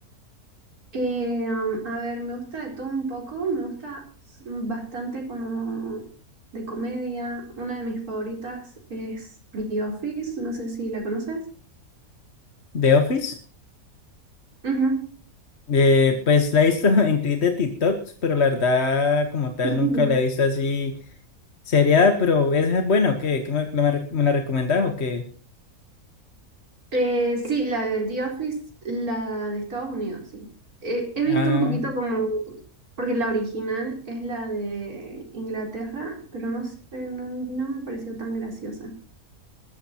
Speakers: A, on the right (about 80°); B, on the left (about 50°).
A: Eh, um, a ver, me gusta de todo un poco, me gusta s- bastante como de comedia. Una de mis favoritas es The Office, no sé si la conoces.
B: The Office,
A: Ujú.
B: eh, pues la he visto <laughs> en clips de TikTok, pero la verdad como tal
A: <laughs>
B: nunca la he visto así seriada, pero esa es buena, ¿o qué? ¿Qué me, me me la recomendás o qué?
A: Eh, sí, la de The Office, la de Estados Unidos, sí. Eh, he visto
B: A,
A: un poquito como, porque la original es la de Inglaterra, pero no sé, no, no me pareció tan graciosa.